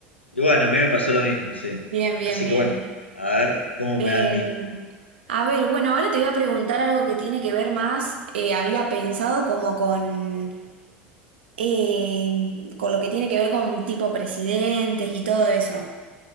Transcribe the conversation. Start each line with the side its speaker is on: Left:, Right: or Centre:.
Left: Y bueno, a mí me pasó lo mismo, sí.
Right: Bien, bien,
Left: Así
Right: bien.
Left: que bueno, a ver cómo
Right: Em,
Left: me da a mí.
Right: a ver, bueno, ahora te voy a preguntar algo que tiene que ver más, eh, había pensado como con em, con lo que tiene que ver con tipo presidentes y todo eso.